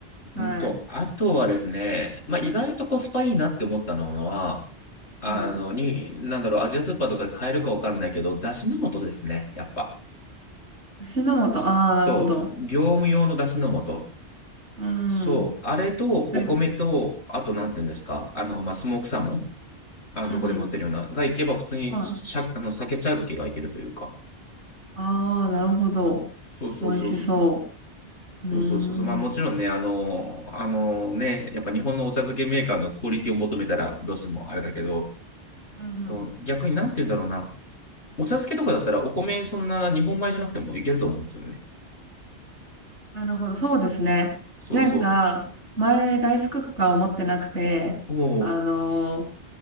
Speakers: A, on the right; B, on the left.
A: はい。
B: うんと、あとはですね、まあ、意外とコスパいいなって思ったのは、あの、
A: はい。
B: に、なんだろう、アジアスーパーとかで買えるかわかんないけど、だしの素ですね、やっぱ。
A: 足の素、ああ、
B: そう、
A: なるほど。
B: 業務用の出汁の素。
A: うん。
B: そう、あれとお米と、
A: うん、
B: あとなんて言うんですか、あの、まあ、スモークサーモン、あの、どこでも売ってるような、
A: うん、うん。
B: がいけば普通にしゃ、
A: はい。
B: あの、鮭茶漬けがいけるというか。
A: ああ、なるほど。
B: そうそうそう。
A: 美味しそう。
B: そうそうそうそう。
A: うーん。
B: まあもちろんね、あの、あのね、やっぱ日本のお茶漬けメーカーのクオリティを求めたらどうしてもあれだけど、
A: うんうん。
B: うん逆になんて言うんだろうな。お茶漬けとかだったらお米そんな日本米じゃなくてもいけると思うんですよね。
A: なるほど、そうですね。
B: そうそ
A: なんか、前、ライスクッカーを持ってなくて、
B: う。おお。
A: あの、